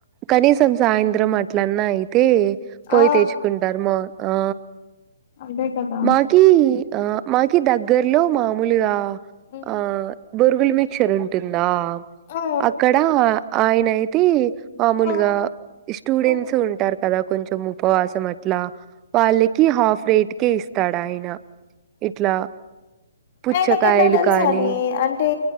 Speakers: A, on the right (about 20°); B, on the left (about 40°).
A: కనీసం సాయంత్రం అట్లన్నా అయితే పోయి
B: ఆ
A: తెచ్చుకుంటారు మ ఆ
B: అదే కదా
A: మాకి ఆ మాకి దగ్గర్లో మామూలుగా
B: హ్మ్
A: ఆ బొరుగులు మిక్చర్ ఉంటుందా
B: ఆ
A: అక్కడ ఆయన అయితే మామూలుగా
B: ఆ
A: స్టూడెంట్స్
B: ఆ
A: ఉంటారు కదా కొంచెం ఉపవాసం
B: ఆ
A: అట్లా వాళ్ళకి హాఫ్ వైట్ కే ఇస్తాడు ఆయన ఇట్లా పుచ్చకాయలు
B: ఆయనకు ఎట్లా తెలుసని
A: కానీ
B: అంటే